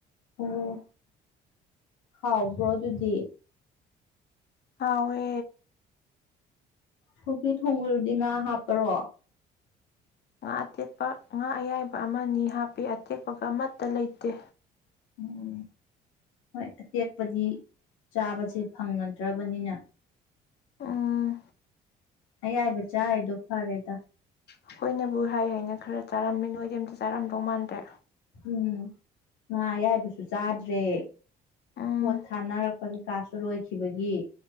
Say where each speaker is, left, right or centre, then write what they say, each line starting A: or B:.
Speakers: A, on the left; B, on the left.
A: ꯑꯣ ꯍꯥꯎꯕ꯭ꯔꯣ ꯑꯗꯨꯗꯤ
B: ꯍꯋꯦ
A: ꯁꯣꯛ꯭ꯔꯤ ꯊꯣꯡꯕꯗꯤ ꯉꯥ ꯍꯥꯞꯄꯔꯣ
B: ꯉꯥ ꯑꯇꯦꯛꯄ ꯉꯥ ꯑꯌꯥꯏꯕ ꯑꯃꯅꯤ ꯍꯥꯞꯄꯤ ꯑꯇꯦꯛꯄꯒ ꯑꯃꯠꯇ ꯂꯩꯇꯦ
A: ꯎꯝ ꯍꯣꯏ ꯑꯇꯦꯛꯄꯗꯤ ꯆꯥꯕꯁꯦ ꯐꯪꯅꯗ꯭ꯔꯕꯅꯤꯅ
B: ꯑꯥ
A: ꯑꯌꯥꯏꯕ ꯆꯥꯔꯗꯣ ꯐꯔꯦꯗ
B: ꯑꯈꯣꯏꯅꯕꯨ ꯍꯥꯏ ꯍꯥꯏꯅ ꯈꯔ ꯆꯥꯔꯝꯃꯤ ꯅꯣꯏꯗꯤ ꯑꯝꯇ ꯆꯥꯔꯝꯗꯧ ꯃꯥꯟꯗ꯭ꯔꯦ
A: ꯎꯝ ꯉꯥ ꯑꯌꯥꯏꯕꯁꯨ ꯆꯥꯗ꯭ꯔꯦ
B: ꯎꯝ
A: ꯄꯣꯠ ꯊꯥꯅꯔꯛꯄ ꯀꯩꯀꯥꯁꯨ ꯂꯣꯏꯈꯤꯕꯒꯤ